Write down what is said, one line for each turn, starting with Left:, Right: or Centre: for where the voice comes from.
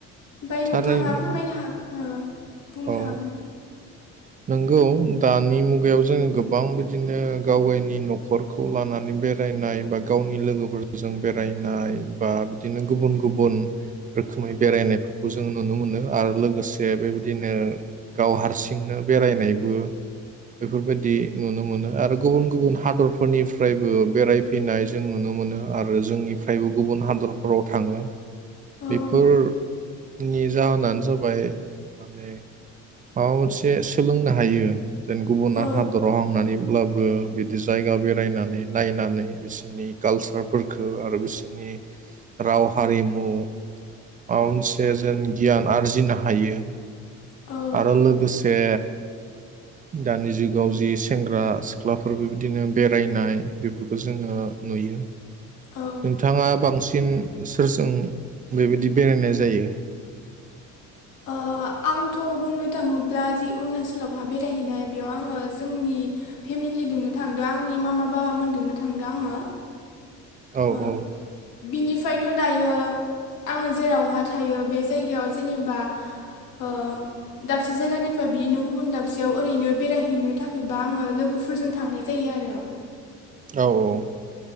Left: ओमफाय
Right: थारैनो
Left: नोंथाङा फोरमायनो हागोन ओ बुंनो
Right: औ।
Left: हागोन
Right: नंगौ दानि मुगायाव जोङो गोबां बिदिनो गाव गायनि नखरखौ लानानै बेरायनाय बा गावनि लोगोफोरजों बेरायनाय बा बिदिनो गुबुन गुबुन रोखोमै बेरायनायफोरखौ जों नुनो मोनो आरो लोगोसे बेबायदिनो गाव हारसिंनो बेरायनायबो बेफोरबायदि नुनो मोनो आरो गुबुन गुबुन हादरफोरनिफ्रायबो बेरायफैनाय जों नुनो मोनो आरो जोंनि फ्रायबो गुबुन हादरफोराव थाङो।
Left: औ
Right: बेफोर
Left: औ
Right: नि जाहोनानो जाबाय माने माबा मोनसे सो सोलोंनो हायो जेन गुबुना
Left: औ
Right: हादराव हांनानैब्लाबो बिदि जायगा बेरायनानै नायनानै बिसोरनि खालसारफोरखौ आरो बिसोरनि राव हारिमु माबा मोनस जे जों गियान आरजिनो हा हायो
Left: औ
Right: आरो लोगोसे दानि जुगाव जि सेंग्रा सिख्लाफोर बेबायदिनो बेरायनाय बेफोरखौ जोङो नुयो
Left: औ
Right: नोंथाङा बांसिन सोरजों बेबायदि बेरायनाय जायो?
Left: ओ आंथ' बुंनो थाङोब्ला जि अरुणासलावहा बेरायहैनाय बेयाव आङो जोंनि फेमिलिदोंनो थांदों आंनि मामा बाबामोनदोंनो थांदो आङो।
Right: औ
Left: ओ
Right: औ
Left: बिनिफाय थ' दायो आङो जेरावहा थायो बे जायगायाव जेनेबा ओ दाबसे जायगानिफ्राय बिदिनो गुबुन दाबसेयाव ओरैनो बेरायहैनो थाखायबा आङो लोगोफोरजों थांनाय जायो आरो।
Right: औ औ